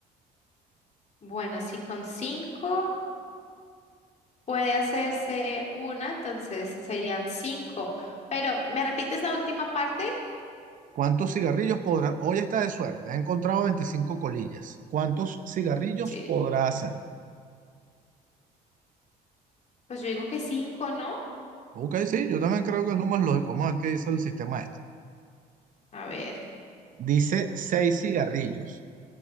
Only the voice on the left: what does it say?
Bueno, si con cinco puede hacerse una, entonces serían cinco. Pero, ¿me repites la última parte?
Sí,
pues yo digo que cinco, ¿no?
A ver,